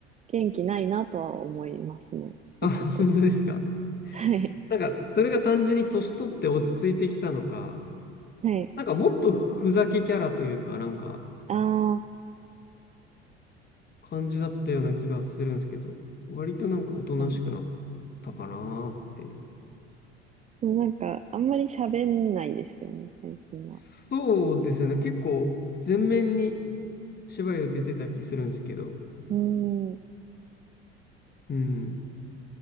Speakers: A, on the right; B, on the left.
A: 元気ないなとは思いますね。見てて。
B: あ、<laughs> 本当ですか
A: はい。
B: なんか、それが単純に年取って落ち着いてきたのか、
A: はい。
B: なんかもっとふざけキャラというか、なんか
A: あー、
B: 感じだったような気がするんですけど、割となんかおとなしくなっ
A: 確かに。
B: たかなーって。
A: でもなんか、あんまり喋んないですよね、最近は。
B: そうですよね。結構全面に芝居を出てた気するんですけど、
A: うーん、
B: うん。